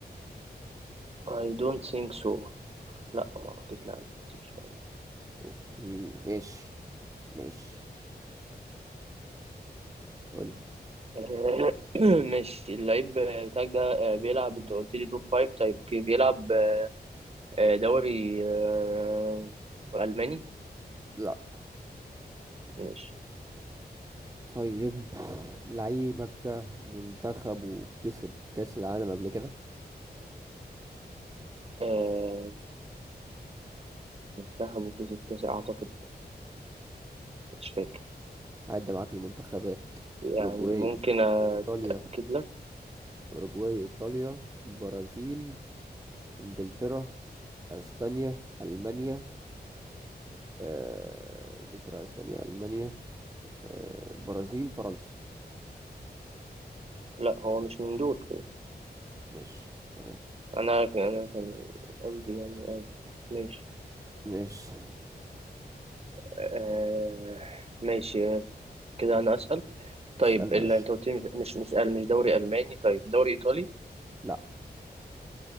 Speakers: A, on the right; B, on the right.
A: I don't think so لا ما اعتقدش لا لا
B: اوكي ماشي ماشي قولي
A: آه، <clears throat> ماشي اللعيب بتاعك ده آه، بيلعب انت قلت لي توب فايف طيب اوكي بيلعب آه، دوري آه، ألماني
B: لا
A: ماشي
B: طيب لعيبك ده منتخب وكسب كأس العالم قبل كده
A: آه، منتخبه كسب كاس أعتقد مش فاكر
B: عدى معاك المنتخبات
A: يعني
B: أوروجواي
A: ممكن أتأكد
B: إيطاليا
A: لك
B: أوروجواي إيطاليا برازيل إنجلترا أسبانيا ألمانيا آه، انجلترا اسبانيا المانيا آه، برازيل فرنسا
A: لا هو مش من دول
B: ماشي تمام
A: أنا أنا كان قصدي يعني أيوه ماشي
B: ماشي
A: آه، ماشي آه، كده أنا أسأل طيب
B: اسال
A: اللي
B: يا باشا
A: أنت قلت لي مش مش مش مش دوري ألماني طيب دوري إيطالي
B: لا